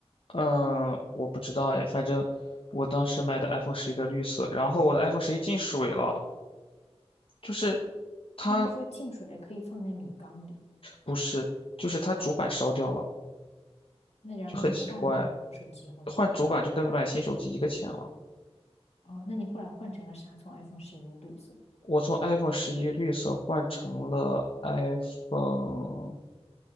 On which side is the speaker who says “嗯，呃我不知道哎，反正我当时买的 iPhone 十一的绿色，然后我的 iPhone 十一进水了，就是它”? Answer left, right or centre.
Left